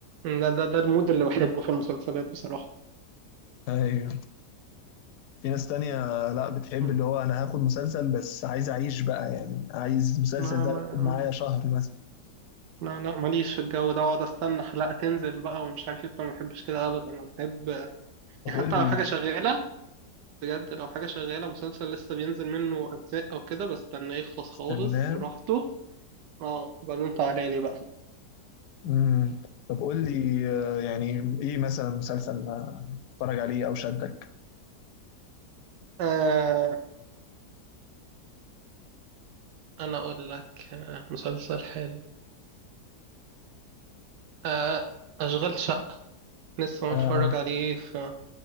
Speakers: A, on the right; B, on the left.
A: ده ده ده المود اللي بحبه في المسلسلات بصراحة
B: أيوه في ناس تانية لا بتحب
A: لا
B: اللي هو أنا هاخد مسلسل بس عايز أعيش بقى يعني عايز المسلسل
A: لا
B: ده ياخد معايا شهر مثلا
A: لا لا ماليش في الجو ده واقعد استنى حلقة تنزل بقى ومش عارف ايه أنا ما بحبش كده ابدا انا بحب
B: طب
A: يعني
B: قول
A: حتى
B: لي
A: لو حاجة شغالة بجد لو حاجة شغالة مسلسل لسه بينزل منه اجزاء او كده بستناه يخلص خالص
B: استناه
A: براحته اه بعدين انت عليلي بقى
B: مم. طب قول لي آه، يعني إيه مثلا مسلسل آه، اتفرج عليه أو شدك
A: آه انا اقول لك آه مسلسل حلو آه اشغال شقة لسه
B: آه.
A: متفرج عليه في